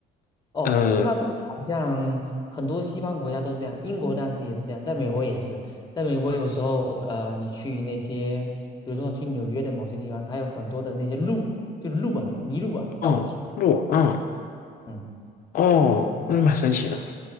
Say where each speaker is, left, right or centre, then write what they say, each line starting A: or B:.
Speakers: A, on the left; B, on the left.
A: 哦，
B: 呃，
A: 那这个好像很多西方国家都是这样，英国当时也是这样，在美国也是，在美国有时候，呃，你去那些，比如说去纽约的某些地方，它有很多的那些路，就路啊，麋鹿啊，
B: 哦，
A: 到处跑。
B: 鹿，嗯，
A: 嗯，
B: 哦，那蛮神奇的。